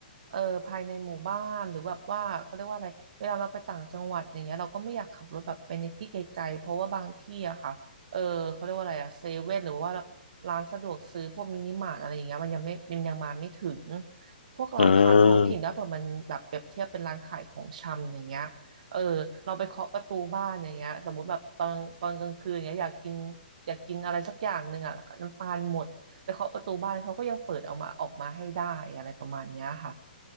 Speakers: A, on the right (about 50°); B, on the left (about 70°).
A: เออภายในหมู่บ้านหรือแบบว่าเขาเรียกว่าอะไรเวลาเราไปต่างจังหวัดอย่างเงี้ยเราก็ไม่อยากขับรถแบบไปในที่ไกลๆเพราะว่าบางที่อะค่ะเออเขาเรียกว่าอะไรอะเซเว่นหรือว่าร้านสะดวกซื้อพวกมินิมาร์ทอะไรอย่างเงี้ยมันยังไม่มันยังมาไม่ถึงพวกร้านค้าท้องถิ่นถ้าเผื่อมันแบบเปรียบเทียบเป็นร้านขายของชำอย่างเงี้ย
B: อ่า
A: เออเราไปเคาะประตูบ้านอย่างเงี้ยสมมุติแบบตอนตอนกลางคืนเงี้ยอยากกินอยากกินอะไรสักอย่างหนึ่งอ่ะน้ำตาลหมดไปเคาะประตูบ้านเขาก็ยังเปิดเอามาออกมาให้ได้อะไรประมาณเนี้ยค่ะ